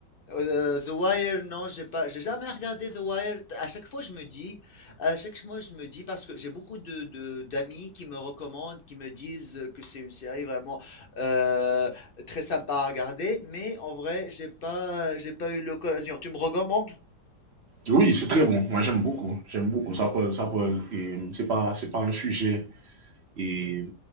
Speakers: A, on the left; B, on the right.
A: euh, The Wire, non, j'ai pas, j'ai jamais regardé The Wire. À chaque fois, je me dis, à chaque fois, je me dis, parce que j'ai beaucoup de, de- d'amis qui me recommandent, qui me disent que c'est une série vraiment euh, très sympa à regarder, mais en vrai, j'ai pas, j'ai pas eu l'occasion. Tu me recommandes?
B: Oui, c'est très bon. Moi, j'aime beaucoup. J'aime beaucoup. Ça parle, ça parle, et c'est pas, c'est pas un sujet et